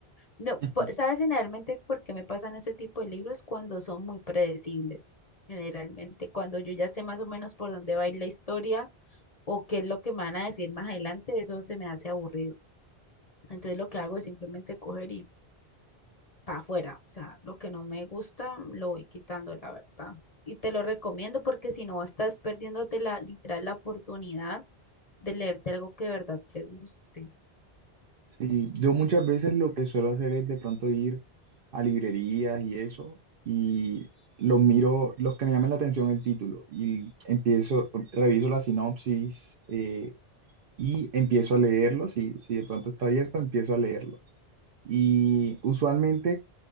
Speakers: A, on the left (about 40°); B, on the right (about 65°).
A: No,
B: <laughs>
A: por- ¿sabes generalmente por qué me pasan ese tipo de libros? Cuando son muy predecibles, generalmente, cuando yo ya sé más o menos por dónde va a ir la historia o qué es lo que me van a decir más adelante, eso se me hace aburrido. Entonces lo que hago es simplemente coger y para afuera. O sea, lo que no me gusta mm, lo voy quitando, la verdad. Y te lo recomiendo porque si no estás perdiéndote la, literal, la oportunidad de leerte algo que de verdad te guste.
B: Sí, yo muchas veces lo que suelo hacer es de pronto ir a librerías y eso, y los miro, los que me llaman la atención el título, y empiezo, reviso la sinopsis eh, y empiezo a leerlo, si, si de pronto está abierto, empiezo a leerlo. Y usualmente